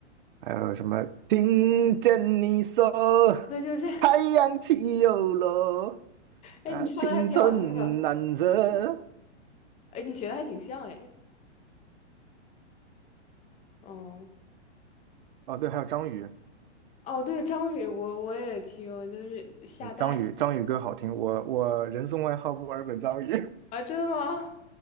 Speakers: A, on the right; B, on the left.
A: 还有什么听见你说
B: <laughs> 对，就是这，<laughs>
A: 太阳起又落，
B: 哎，
A: 啊，
B: 你唱的还挺好听的，
A: 青春难舍，
B: 哎，你学的还挺像，哎，哦，
A: 哦，对，还有张宇，
B: 哦，对，张宇，我我也听，就是夏代
A: 对张宇张宇歌好听，我我人送外号墨尔本张宇，
B: 啊，真的吗？